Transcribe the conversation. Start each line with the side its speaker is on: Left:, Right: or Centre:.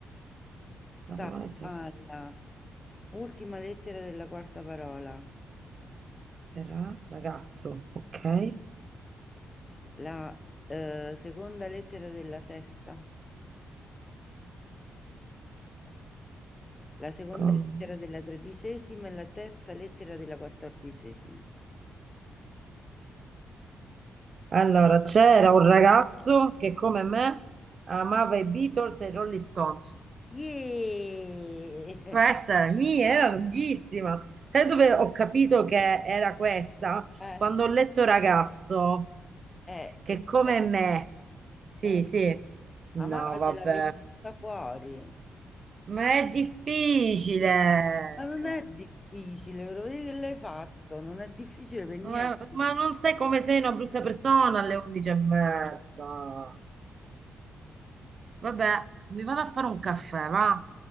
Left: sta
Right: la prima lettera
Left: alla ultima lettera della quarta parola,
Right: è Ra, ragazzo, ok?
Left: la eh, seconda lettera della sesta, la seconda
Right: Come-
Left: lettera della tredicesima e la terza lettera della quattordicesima.
Right: Allora, c'era un ragazzo che come me amava i Beatles e i Rolling Stones.
Left: Yeee!
Right: Questa mi era lunghissima. Sai
Left: <laughs>
Right: dove ho capito che era questa?
Left: Eh,
Right: Quando ho letto ragazzo,
Left: Eh,
Right: che
Left: e
Right: come
Left: cioè,
Right: me. Sì,
Left: eh,
Right: sì. No,
Left: amava
Right: vabbè.
Left: ce l'avevi tutta fuori.
Right: Ma è difficile.
Left: Ma non è difficile, ve lo vedi che l'hai fatto, non è difficile per niente.
Right: Ma, ma non sai come sei una brutta persona alle undici e mezza. Vabbè, mi vado a fare un caffè, va?